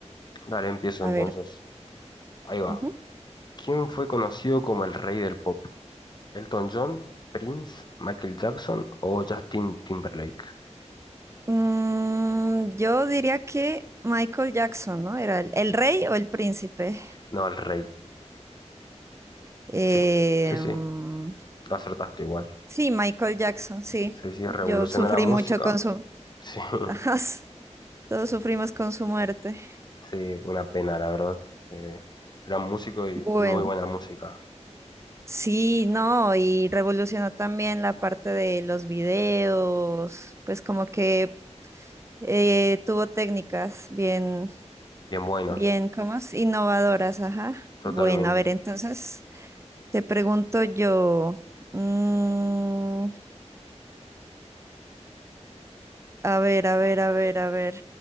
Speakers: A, on the left (about 40°); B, on the right (about 25°).
A: Dale, empiezo
B: a
A: entonces.
B: ver.
A: Ahí va.
B: ujú.
A: ¿Quién fue conocido como el rey del pop? ¿Elton John, Prince, Michael Jackson o Justin Timberlake?
B: Mm, yo diría que Michael Jackson, ¿no? ¿Era el, el rey o el príncipe?
A: No, el rey.
B: Eh,
A: Sí, sí, sí,
B: mm,
A: lo acertaste igual.
B: sí, Michael Jackson, sí.
A: Sí, sí, revolucionó
B: Yo sufrí
A: la música.
B: mucho con su... <laughs>
A: Sí, <laughs>
B: Ajá, todos sufrimos con su muerte.
A: sí, una pena, la verdad. Eh, gran músico y,
B: Bueno.
A: y muy buena música.
B: Sí, no, y revolucionó también la parte de los videos, pues como que eh, tuvo técnicas bien,
A: Bien buenos,
B: bien, ¿cómo es? Innovadoras, ajá.
A: totalmente.
B: Bueno, a ver, entonces te pregunto yo, mm, a ver, a ver, a ver, a ver,